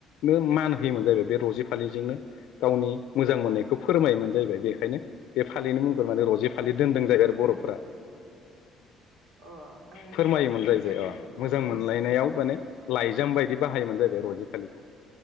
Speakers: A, on the left (about 75°); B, on the right (about 65°).
A: नो मान होयोमोन जाहैबाय बे रजे फालिजोंनो गावनि मोजां मोननायखौ फोरमायोमोन जाहैबाय बेखायनो बे फालिनि मुंखौनो माने रजे फा फालि दोनदों जाहैबाय
B: फोरमायोमोन
A: आरो बरफोरा <inaudible>
B: अ आं
A: फोरमायोमोन
B: बारा मोजां मिथियामोन
A: जाहैबाय अ
B: आरो दा
A: मोजां
B: दिनैसो
A: मोनलायनायाव
B: मिथियो
A: माने लाइजाम बायदि बाहायोमोन जाहैबाय रजे फालिखौ